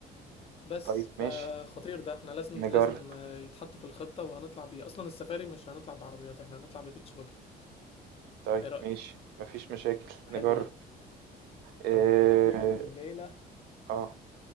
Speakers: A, on the left; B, on the right.
A: بس
B: طيب
A: فخطير
B: ماشي
A: ده احنا لازم
B: نجرب
A: لازم آه، يتحط في الخطة وهنطلع بيه اصلا السفاري مش هنطلع بعربيات احنا هنطلع ببيتش باجي
B: طيب
A: ايه رأيك
B: ماشي مفيش مشاكل نجرب
A: حلو ده
B: اه
A: طيب هذا دي اول ليلة
B: آه،